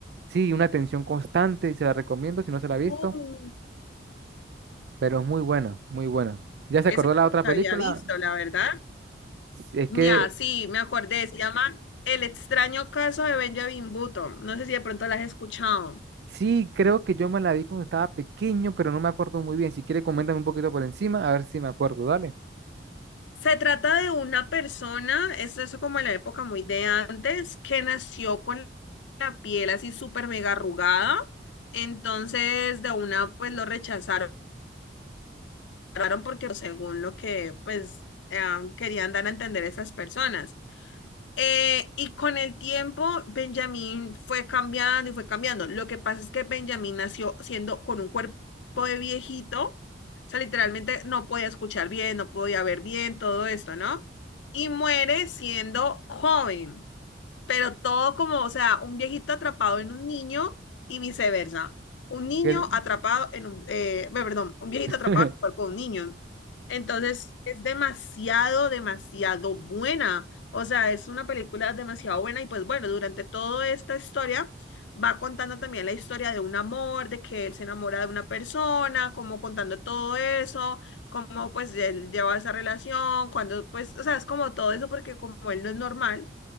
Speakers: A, on the right (about 65°); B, on the left (about 85°).
A: Sí, una tensión constante y se la recomiendo si no se la ha visto,
B: Uh,
A: pero es muy buena, muy buena. ¿Ya se
B: esa
A: acordó la
B: no
A: otra película?
B: la había visto, la verdad.
A: Si Es
B: Ya,
A: que
B: sí, me acordé, se llama El extraño caso de Benjamin Button. No sé si de pronto la has escuchado.
A: sí, creo que yo me la vi cuando estaba pequeño, pero no me acuerdo muy bien. Si quiere, coméntame un poquito por encima, a ver si me acuerdo, dale.
B: Se trata de una persona, es eso como en la época muy de antes, que nació con la piel así súper mega arrugada. Entonces, de una, pues lo rechazaron cerraron porque pues, según lo que pues eh, querían dar a entender esas personas. Eh, y con el tiempo Benjamín fue cambiando y fue cambiando. Lo que pasa es que Benjamín nació siendo con un cuerpo de viejito, o sea, literalmente no podía escuchar bien, no podía ver bien, todo esto, ¿no? Y muere siendo joven pero todo como, o sea, un viejito atrapado en un niño y viceversa. Un niño
A: ¿Qué-
B: atrapado en un, eh, bueno, perdón, un viejito
A: <laughs>
B: atrapado en el cuerpo de un niño. Entonces, es demasiado, demasiado buena. O sea, es una película demasiado buena y pues bueno, durante toda esta historia va contando también la historia de un amor, de que él se enamora de una persona, como contando todo eso, cómo pues él lleva esa relación, cuando pues, o sea, es como todo eso porque como él no es normal